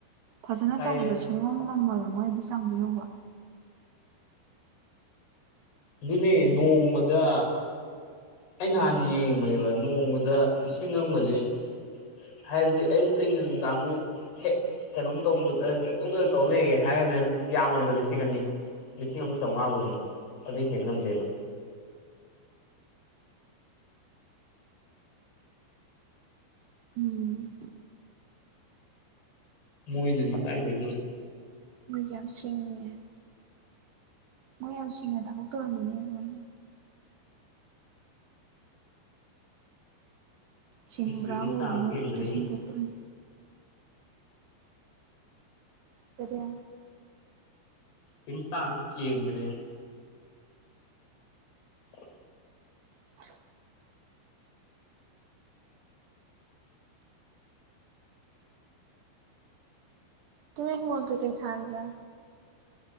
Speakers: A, on the right; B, on the left.
A: ꯐꯖꯅ
B: ꯇꯥꯏꯌꯦ
A: ꯇꯧꯕꯗ ꯁꯨꯡꯉꯝ ꯉꯝꯃꯣꯏꯕ ꯃꯣꯏ ꯑꯗꯨ ꯆꯥꯡꯗꯣ ꯌꯧꯕ
B: ꯑꯗꯨꯅꯦ ꯅꯣꯡꯃꯗ ꯑꯩ ꯅꯍꯥꯟ ꯌꯦꯡꯕꯅꯦꯕ ꯅꯣꯡꯃꯗ ꯂꯤꯁꯤꯡ ꯑꯃꯒꯁꯦ ꯍꯥꯏꯕꯗꯤ ꯑꯌꯨꯛꯇꯩꯅ ꯅꯨꯡꯗꯥꯡꯃꯨꯛ ꯍꯦꯛ ꯀꯩꯅꯣꯝ ꯇꯧꯗ ꯑꯩꯁ ꯑꯗꯨꯗ ꯇꯧ ꯂꯩꯌꯦ ꯍꯥꯏꯔꯒꯅ ꯌꯥꯝꯃꯕꯗ ꯂꯤꯁꯤꯡ ꯑꯅꯤ ꯂꯤꯁꯤꯡ ꯑꯃ ꯆꯥꯝꯃꯉꯥꯒꯨꯝꯕ ꯑꯗꯨ ꯍꯦꯟ ꯉꯝꯗꯦꯕ
A: ꯎꯝ
B: ꯃꯣꯏꯗꯨꯗꯤ ꯀꯥꯏꯗꯒꯤ
A: ꯃꯣꯏꯁꯦ ꯌꯥꯝ ꯁꯤꯡꯉꯦ ꯃꯣꯏ ꯌꯥꯝ ꯁꯤꯡꯅ ꯊꯕꯛ ꯇꯧꯔꯝꯃꯤꯅꯦ ꯃꯣꯏ ꯁꯤꯟꯕ꯭ꯔꯥꯕꯣ
B: ꯑꯁ ꯁꯨꯇꯤꯡ ꯏꯁꯇꯥꯔ
A: ꯍꯧꯖꯤꯛ
B: ꯑꯃ ꯀꯦꯟꯈ꯭ꯔꯦꯍꯦ
A: ꯇꯁꯦꯡ ꯇꯣꯛꯇꯔꯤꯝ <unintelligible>
B: <unintelligible> ꯀꯦꯟꯒꯔꯦꯕ ꯑꯣ
A: <inaudible> ꯇꯨꯃꯤ ꯍꯤꯡꯒꯣꯜ ꯀꯩꯀꯩ ꯊꯥꯔꯤꯒꯦ